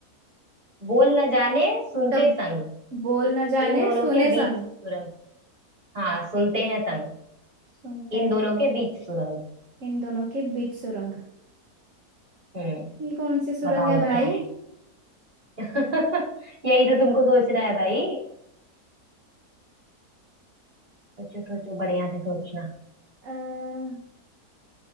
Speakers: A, on the right; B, on the right.
A: बोल न जाने सुनते
B: तब
A: संग
B: बोल
A: इ-
B: न जाने
A: इन दोनों
B: सुने
A: के बीच
B: संग
A: सुरंग हाँ सुनते हैं संग
B: सुनते
A: इन
B: हैं
A: दोनों
B: संग,
A: के बीच सुरंग
B: इन दोनों के बीच सुरंग
A: हम्म
B: ये कौन सी सुरंग
A: बताओ
B: है भाई
A: क्या है <laughs> यही तो तुमको सोचना है भाई सोचो सोचो बढ़िया से सोचना
B: आ,